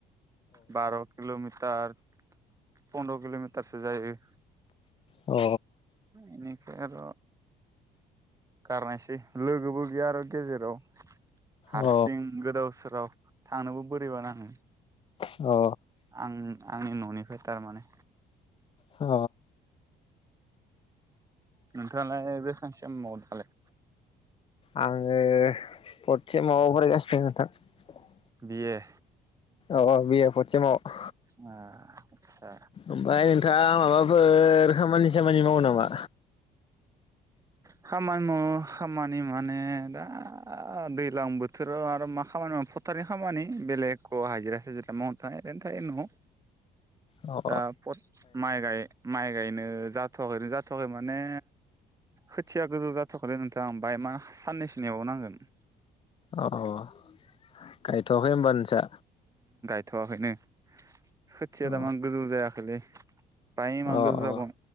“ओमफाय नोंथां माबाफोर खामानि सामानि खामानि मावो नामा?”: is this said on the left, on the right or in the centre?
Left